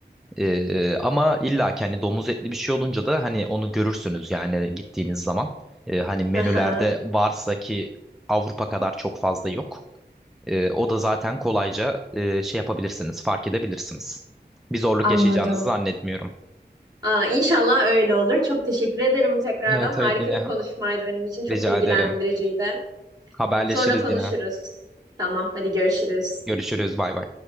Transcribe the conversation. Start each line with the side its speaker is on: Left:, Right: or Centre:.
Centre: Ee, ama illa ki hani domuz etli bir şey olunca da hani onu görürsünüz yani gittiğiniz zaman. Ee, hani menülerde
Right: Aha.
Centre: varsa ki Avrupa kadar çok fazla yok. Ee, o da zaten kolayca e, şey yapabilirsiniz, fark edebilirsiniz. Bir zorluk
Right: Anladım.
Centre: yaşayacağınızı zannetmiyorum.
Right: Aa, inşallah öyle olur. Çok teşekkür ederim tekrardan.
Centre: Evet
Right: Harika
Centre: evet yine
Right: bir konuşmaydı benim için. Çok
Centre: rica
Right: bilgilendiriciydi.
Centre: ederim. Haberleşiriz
Right: Sonra konuşuruz.
Centre: yine.
Right: Tamam, hadi görüşürüz.
Centre: Görüşürüz bay bay.